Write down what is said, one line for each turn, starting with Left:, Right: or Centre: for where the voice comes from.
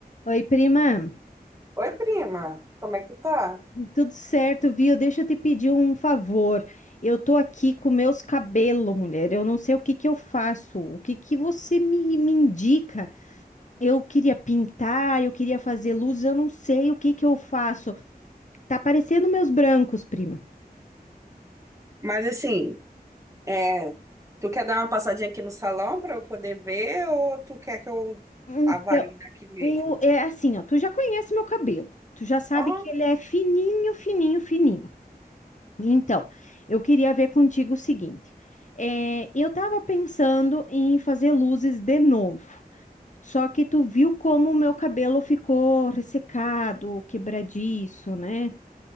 Left: Oi, prima.
Right: Oi, prima, como é que tá?
Left: Tudo certo, viu? Deixa eu te pedir um favor. Eu tô aqui com meus cabelos, mulher. Eu não sei o que que eu faço. O que que você me, me indica? Eu queria pintar, eu queria fazer luz, eu não sei o que que eu faço. Tá parecendo meus brancos, prima.
Right: Mas assim, é, tu quer dar uma passadinha aqui no salão para eu poder ver ou tu quer que eu
Left: Então,
Right: avalie daqui mesmo?
Left: eu, é assim, ó. Tu já conhece meu cabelo. Tu já sabe
Right: Aham,
Left: que ele é fininho, fininho, fininho. Então, eu queria ver contigo o seguinte. é, eu estava pensando em fazer luzes de novo, só que tu viu como o meu cabelo ficou ressecado, quebradiço, né?